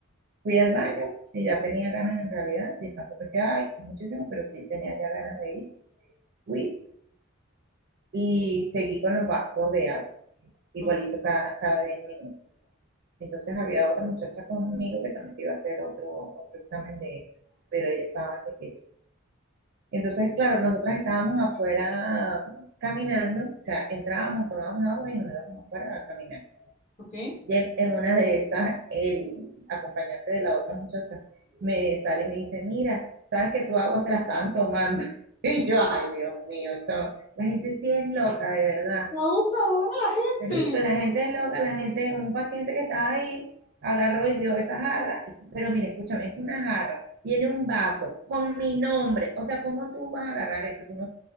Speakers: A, on the right; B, on the left.
A: Fui al baño, sí ya tenía ganas en realidad, sí tampoco es que hay muchísimo, pero sí tenía ya ganas de ir, fui y seguí con los vasos de agua, igualito
B: O-
A: cada, cada 10 minutos. Entonces había otra muchacha conmigo que también se iba a hacer otro, otro examen de eso, pero ella estaba antes que yo. Entonces, claro, nosotras estábamos afuera caminando, o sea, entrábamos, tomábamos agua y nos íbamos afuera a caminar.
B: Ok.
A: Y en, en una de esas, el acompañante de la otra muchacha me sale y me dice, mira, sabes que tu agua se la estaban tomando. <laughs> Y yo, ay, Dios mío, chavo, la gente sí es loca, de verdad.
B: abusadora la gente.
A: Marico, la gente es loca, la gente, un paciente que estaba ahí, agarró y vio esa jarra, pero mire, escúchame, es una jarra, tiene un vaso con mi nombre, o sea, ¿cómo tú vas a agarrar eso? Tú no-